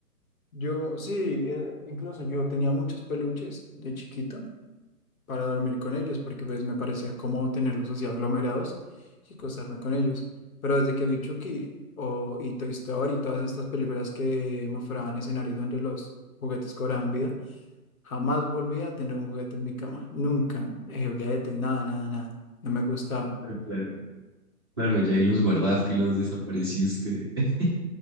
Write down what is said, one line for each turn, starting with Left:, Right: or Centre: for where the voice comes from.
Left: Yo, sí, eh, incluso yo tenía muchos peluches de chiquito para dormir con ellos, porque pues me parecía cómodo tenerlos así aglomerados y acostarme con ellos. Pero desde que vi Chucky o, y Toy Story y todas estas películas que mostraban escenarios donde los juguetes cobraban vida, jamás volví a tener un juguete en mi cama. Nunca. eh, Juguetes, nada, nada, nada. No me gustaba.
Right: Ah, Claro. Claro, ya ahí los guardaste y los desapareciste. <laughs>